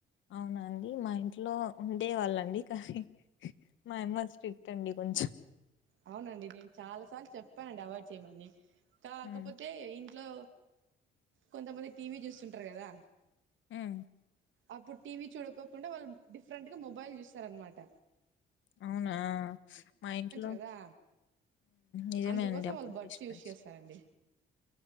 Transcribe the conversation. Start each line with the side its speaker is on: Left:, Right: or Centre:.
Left: అవునండి మా ఇంట్లో ఉండే వాళ్ళండి కానీ మా అమ్మ స్ట్రి చడిగుంజ్
Right: అవునండి నేను చాలా సార్లు చెప్పానండి అవాయిడ్ చేయమని కాకపోతే
Left: హ్మ్
Right: ఇ ఇంట్లో కొంతమంది టీవీ చూస్తుంటారు కదా
Left: ఉమ్మ్
Right: అప్పుడు టీవీ చూడుకోకుండా వాళ్ళు డిఫరెంట్ గా మొబైల్ చూస్తార అనమాట
Left: అవునా మా ఇంట్లో
Right: కదా
Left: నిజమే
Right: అందుకోసం
Left: అండి అప్పుడు
Right: వాళ్ళు బడ్స్
Left: డిస్పెన్స్
Right: యూజ్ చేస్తారండి